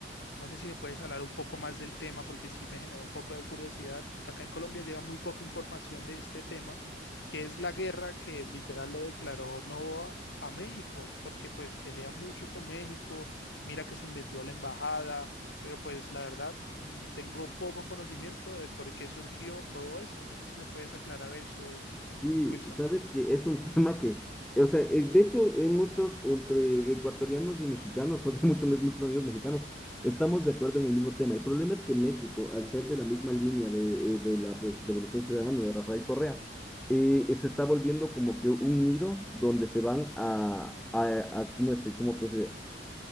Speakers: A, on the left; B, in the centre.
A: No sé si me puedes hablar un poco más del tema, porque sí me genera un poco de curiosidad. Acá en Colombia llega muy poca información de este tema, que es la guerra que literal le declaró Novoa a México, porque pues pelea mucho con México, mira que se metió a la embajada, pero pues la verdad mm, tengo poco conocimiento de por qué surgió todo esto. No sé si me puedes aclarar eso,
B: Sí,
A: Wilson.
B: sabes que es un <laughs> tema que, o sea, eh, de hecho, hay muchos entre ecuatorianos y mexicanos, o de mucho, muchos amigos mexicanos, estamos de acuerdo en el mismo tema. El problema es que México, al ser de la misma línea de, eh, de la pues, Revolución Ciudadana de Rafael Correa, eh, eh, se está volviendo como que un nido donde se van a, a, a ¿cómo es? ¿Cómo pues,